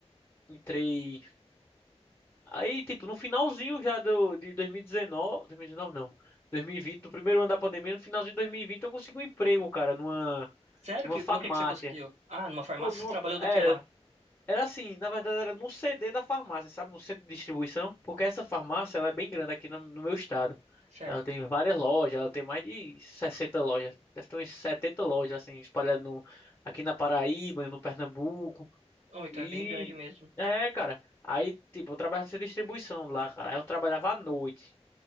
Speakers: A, on the left (about 20°); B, on the right (about 90°).
A: entrei Aí, tipo, no finalzinho já do, de 2019, 2019 não, 2020, do primeiro ano da pandemia, no finalzinho de 2020 eu consegui um emprego, cara, numa,
B: Sério?
A: numa
B: Que,
A: farmácia.
B: no que que você conseguiu? Ah, numa farmácia
A: Pô, numa,
B: você trabalhou do
A: era,
B: que lá?
A: era assim, na verdade era no CD da farmácia, sabe, no centro de distribuição, porque essa farmácia, ela é bem grande aqui no, no meu estado.
B: Certo.
A: Ela tem várias lojas, ela tem mais de 60 lojas, deve ter umas 70 lojas, assim, espalhadas no, aqui na Paraíba, no Pernambuco,
B: Oh, então
A: e
B: é bem grande mesmo.
A: é, cara. Aí, tipo, eu trabalhava nessa distribuição lá, cara. Aí eu trabalhava à noite.